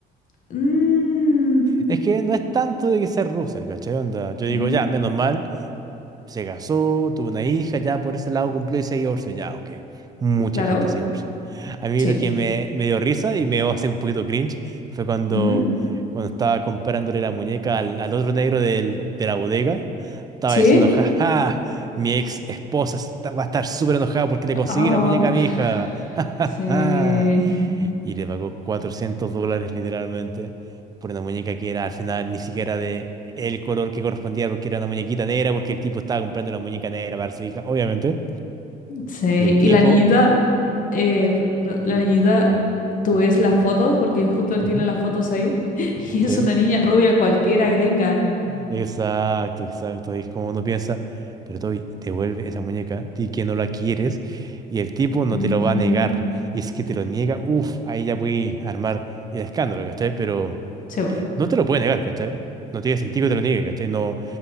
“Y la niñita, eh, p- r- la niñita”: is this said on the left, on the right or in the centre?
Left